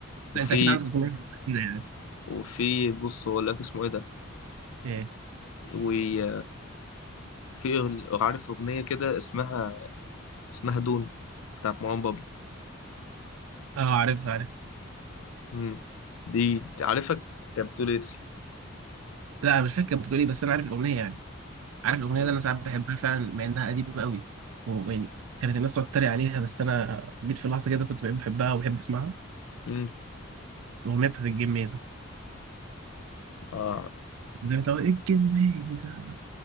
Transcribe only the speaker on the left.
وفي
وفي بص أقول لك اسمه إيه ده
وفي أغ- عارف أغنية كده اسمها اسمها دون بتاعت مروان بابلو
مم. دي عارفك كانت بتقول إيه
آه.
مم.
آه.